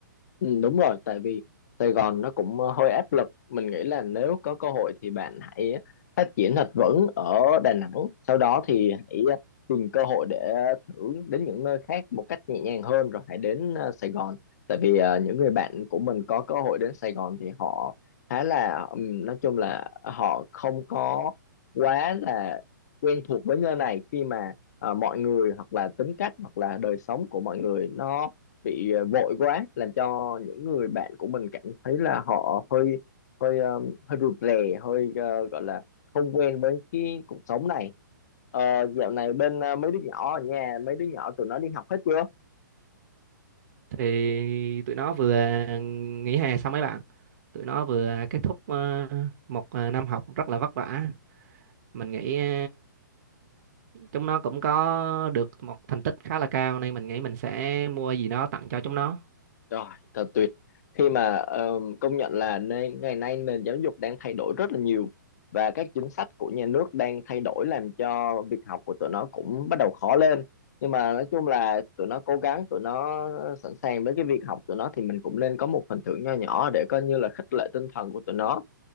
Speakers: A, on the left; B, on the right.
A: Ừ, đúng rồi, tại vì Sài Gòn nó cũng ờ, hơi áp lực. Mình nghĩ là nếu có cơ hội thì bạn hãy phát triển thật vững ở Đà Nẵng. Sau đó thì hãy ờ, tìm cơ hội để ờ, thử đến những nơi khác một cách nhẹ nhàng hơn rồi hãy đến ờ, Sài Gòn. Tại vì ờ, những người bạn của mình có cơ hội đến Sài Gòn thì họ khá là ừm, nói chung là họ không có quá là quen thuộc với nơi này khi mà ờ, mọi người hoặc là tính cách hoặc là đời sống của mọi người nó bị ờ, vội quá làm cho những người bạn của mình cảm thấy là họ hơi hơi ờ, hơi rụt rè hơi ờ, gọi là không quen với cái cuộc sống này Ờ, dạo này bên ờ, mấy đứa nhỏ ở nhà mấy đứa nhỏ tụi nó đi học hết chưa
B: thì tụi nó vừa nghỉ hè xong mấy bạn tụi nó vừa kết thúc ờ, một ờ, năm học rất là vất vả mình nghĩ ờ, chúng nó cũng có được một thành tích khá là cao nên mình nghĩ mình sẽ mua gì đó tặng cho chúng nó
A: Rồi, thật tuyệt. Khi mà ờ, công nhận là nên, ngày nay nền giáo dục đang thay đổi rất là nhiều và các chính sách của nhà nước đang thay đổi làm cho việc học của tụi nó cũng bắt đầu khó lên. Nhưng mà nói chung là tụi nó cố gắng, tụi nó sẵn sàng với cái việc học tụi nó thì mình cũng nên có một phần thưởng nho nhỏ để coi như là khích lệ tinh thần của tụi nó.